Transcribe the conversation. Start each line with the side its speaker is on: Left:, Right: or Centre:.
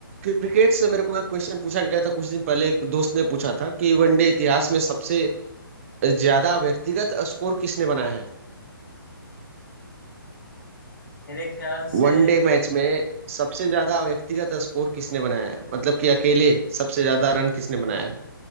Right: क्रिकेट से मेरे को एक क्वेश्चन पूछा गया था कुछ दिन पहले एक दोस्त ने पूछा था कि वनडे इतिहास में सबसे ज्यादा व्यक्तिगत स्कोर किसने बनाया है
Left: मेरे ख्याल से
Right: वनडे मैच में सबसे ज्यादा व्यक्तिगत स्कोर किसने बनाया है मतलब कि अकेले सबसे ज्यादा रन किसने बनाया है